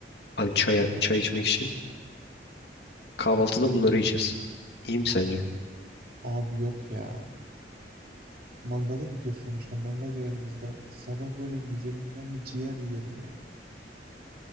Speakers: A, on the left; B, on the right.
A: a- çaya, çay içmek için. Kahvaltıda bunları yiyeceğiz. İyi mi sence?
B: Abi yok ya. Mangala gidiyor sonuçta. Mangal da yanımızda. Sabah böyle güzelinden bir ciğer yiyelim ya.